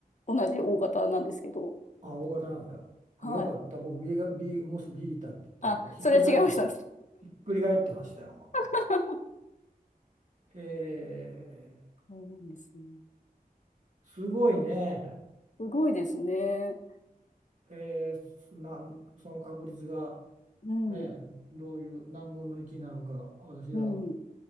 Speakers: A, on the left (about 50°); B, on the right (about 50°).
A: 同じ大型なんですけど。
B: あ、O 型なんだ。
A: はい。
B: あ、よかった。僕 B が、B、もし B だって言うと、
A: あ、
B: ひっくり返ってます。
A: それは違いましたね。
B: ひっくり返ってましたよ。も
A: <laughs>
B: うへえ、
A: そうなんですね。
B: すごいね。
A: すごいですね。
B: へえ、なん、その確率が。
A: うん、
B: ね、どういう何分の1なのか、私は
A: うん、うん、